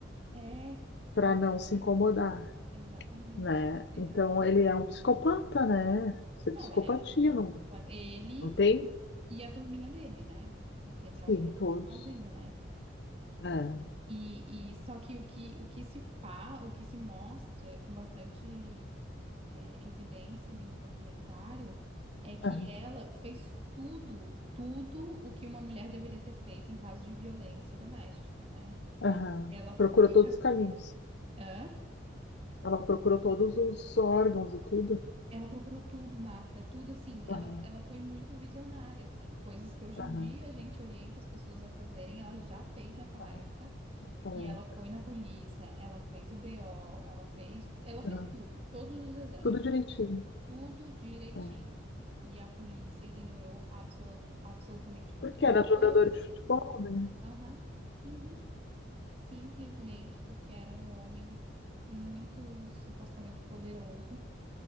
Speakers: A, on the right (about 30°); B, on the left (about 60°).
A: É,
B: para
A: exatamente.
B: não se incomodar,
A: Exatamente,
B: né?
A: exatamente.
B: Então ele é um psicopata, né? Isso
A: Não,
B: é psicopatia,
A: ele é
B: não,
A: completo. Ele
B: não tem?
A: e a turminha dele, né? Porque ele não
B: Sim,
A: fez
B: todos.
A: sozinho, né?
B: É,
A: E, e só que o que, o que se fa, o que se mostra com bastante é, evidência ali no documentário é que
B: aham,
A: ela fez tudo, tudo o que uma mulher deveria ter feito em caso de violência doméstica, né?
B: aham.
A: Ela foi
B: Procurou todos
A: pra.
B: os caminhos.
A: Hã?
B: Ela procurou todos os órgãos e tudo.
A: Ela procurou tudo, Marta, tudo assim.
B: Aham,
A: Ela, ela foi muito visionária, assim. Coisas que hoje em
B: aham,
A: dia a gente orienta as pessoas a fazerem, ela já fez naquela
B: aham.
A: época.
B: Aquela
A: E ela foi na polícia, ela fez o BO, ela fez, ela fez
B: Aham.
A: tudo, todos os exames,
B: Tudo direitinho.
A: e tudo direitinho.
B: É.
A: E a polícia ignorou absolu- absolutamente
B: Porque
A: todos.
B: era jogador de futebol, né?
A: Aham. uhum. Simplesmente porque era um homem muito supostamente poderoso.